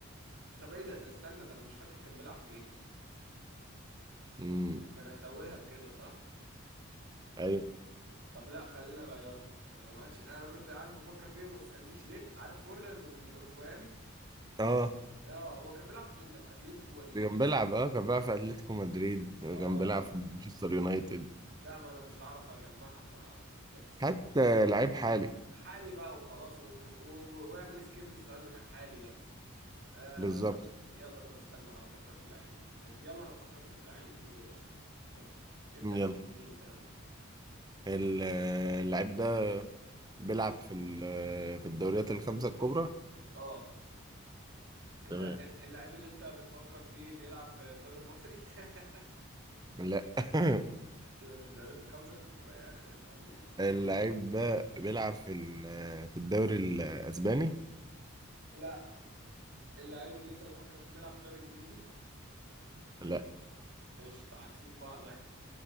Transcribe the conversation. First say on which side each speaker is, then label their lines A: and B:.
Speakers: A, on the right; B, on the right.
A: طب ايه ده ده استنى ده انا مش فاكر كان بيلعب فين
B: امم
A: ما انا هتوهك كده صح
B: ايوه
A: طب لا خلينا اغيره انا ما عادش انا كنت عارف بفكر فيه وما تسالنيش ليه عارف فورلان الاورجواني
B: اه
A: اه هو كان بيلعب فين ده في اتلتيكو ولا كان
B: كان
A: فين
B: بيلعب اه كان بيلعب في اتلتيكو مدريد كان
A: اه
B: بيلعب في مانشستر يونايتد
A: لا ما انا مش هعرف اجمعها ف فيكس
B: حتى لعيب حالي
A: حالي بقى وخلاص و... و... واعمل سكيب للسؤال بتاع حالي ده آه
B: بالظبط
A: يلا طب استنى هفكر في لعيب آه، يلا انا فكرت في لعيب وقشطه ودي ابدأ
B: يلا
A: من جديد انت يلا
B: ال- اللعيب ده بيلعب في ال- في الدوريات الخمسة الكبرى
A: اه اللع-
B: تمام
A: اللعيب اللي انت بتفكر فيه بيلعب في الدوري المصري <laughs>
B: لا <laughs>
A: يبقى في الدوريات الخمسة الكبرى يعني طبيعي
B: اللعيب ده بيلعب في ال- في الدوري الاسباني
A: لا اللعيب اللي انت بتفكر فيه بيلعب في الدوري الانجليزي
B: لا
A: قشطة عاكسين بعض احنا